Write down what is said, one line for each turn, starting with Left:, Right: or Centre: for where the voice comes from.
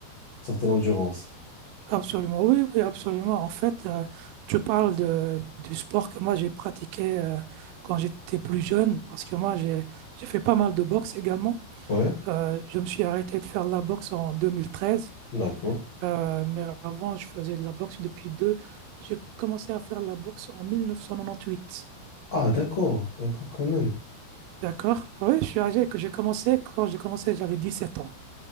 Left: certaine endurance.
Right: absolument. Oui, oui, absolument. En fait, euh, tu parles de, du sport que moi j'ai pratiqué euh, quand j'étais plus jeune, parce que moi j'ai j'ai fait pas mal de boxe également.
Left: Ouais,
Right: Euh, je me suis arrêté de faire de la boxe en 2013,
Left: d'accord.
Right: euh, mais avant je faisais de la boxe depuis deux. J'ai commencé à faire de la boxe en mille neuf cent quatre-vingt-huit.
Left: Ah, d'accord, d'accord, quand même.
Right: D'accord? Oui, je suis âgé que j'ai commencé. Quand j'ai commencé, j'avais 17 ans.